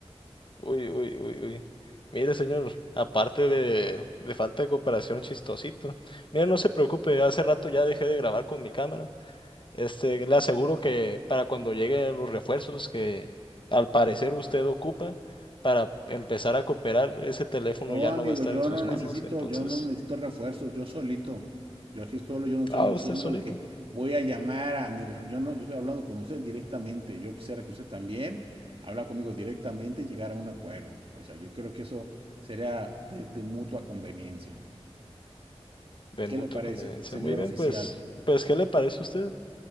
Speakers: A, on the left; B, on the right.
A: uy, uy, uy, uy. Mire, señor, aparte de, de falta de cooperación, chistosito. Mire, no se preocupe, hace rato ya dejé de grabar con mi cámara. Este, le aseguro que para cuando lleguen los refuerzos que al parecer usted ocupa para empezar a cooperar, ese teléfono
B: No,
A: ya
B: amigo,
A: no va a estar
B: yo
A: en sus
B: no
A: manos.
B: necesito,
A: Entonces,
B: yo no necesito refuerzos, yo solito. Yo aquí solo, yo no estoy
A: ah,
B: diciendo
A: usted solito.
B: de que voy a llamar a mi refuerzo. Yo no, yo estoy hablando con usted directamente. Yo quisiera que usted también habla conmigo directamente y llegar a un acuerdo. O sea, yo creo que eso sería de, de mutua conveniencia.
A: De
B: ¿Qué
A: mutua
B: le parece,
A: conveniencia.
B: señor
A: Muy bien,
B: oficial?
A: pues, pues, ¿qué le parece a usted?